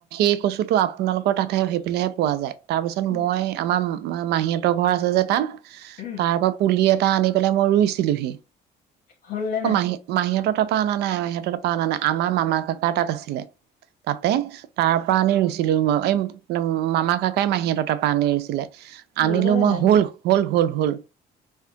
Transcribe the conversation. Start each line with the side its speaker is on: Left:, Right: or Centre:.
Right: এই কচু টো আপোনালোকৰ তাতহে সেইফালেহে পোৱা যায়। তাৰপিছত
Left: উম
Right: মই আমাৰ মা - মাহীহতৰ ঘৰ আছে যে তাত
Left: উম,
Right: তাৰ পৰা পুলি এট টা আনি পেলাই মই ৰুইছিলোহি।
Left: হ'ল নে
Right: অ
Left: নাই
Right: মাহী- মাহীঁতৰ তাত পা না নাই সিততে পা না নাই। আমাৰ মামা কাকাৰ তাত আছিলে। তাতে তাৰপৰা আনি ৰুইছিলোঁ মই। এই মামা কাকাই মাহীঁতৰ তাৰপৰা আনি ৰুইছিলে। আনিলো
Left: হ'ল গ'ল নে
Right: মই
Left: নাই
Right: হ'ল-হ'ল-হ'ল। হল